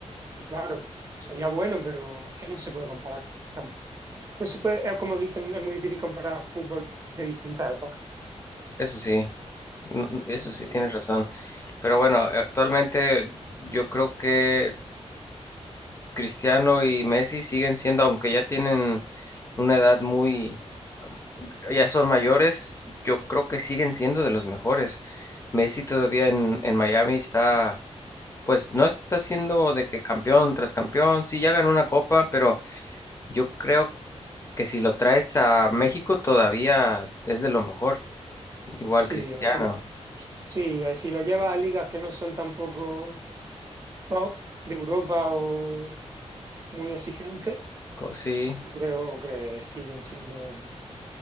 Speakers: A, on the right; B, on the left.
A: y claro, sería bueno, pero es que no se puede comparar tan- No se puede, eh, como dicen, es muy difícil comparar fútbol de distintas épocas.
B: Eso sí, n- n- eso sí,
A: Muy
B: tienes
A: difícil.
B: razón. Pero bueno, actualmente yo creo que Cristiano y Messi siguen siendo, aunque ya tienen una edad muy, ya son mayores, yo creo que siguen siendo de los mejores. Messi todavía en, en Miami está, pues no está siendo de que campeón tras campeón, sí ya ganó una copa, pero yo creo que si lo traes a México todavía es de lo mejor. Igual
A: Sí,
B: Cristiano,
A: hace- sí, eh, si lo llevas a ligas que no son tampoco top de Europa o muy exigentes,
B: co- sí,
A: pues, yo creo que siguen siendo,